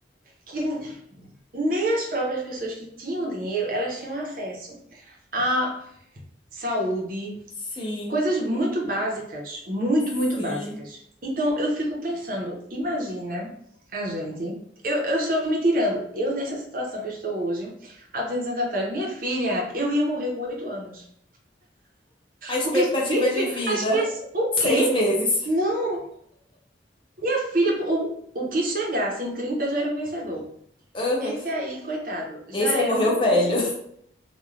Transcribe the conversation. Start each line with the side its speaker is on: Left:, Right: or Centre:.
Right: que nem as próprias pessoas que tinham dinheiro, elas tinham acesso à saúde,
Left: Sim,
Right: coisas muito básicas, muito,
Left: sim.
Right: muito básicas. Então, eu fico pensando, imagina a gente, eu, eu estou me tirando, eu nessa situação que eu estou hoje, há 200 anos atrás, minha filha, eu ia morrer com 8 anos.
Left: A expectativa
Right: Porque, minha
Left: de
Right: filha,
Left: vida,
Right: as pessoas, o
Left: seis
Right: quê?
Left: meses.
Right: Não, Minha filha, o, o que chegasse em 30 já era um vencedor.
Left: Aham.
Right: Esse aí, coitado, já
Left: Esse aí
Right: era
Left: morreu
Right: um,
Left: velho.
Right: um vencedor.
Left: <laughs>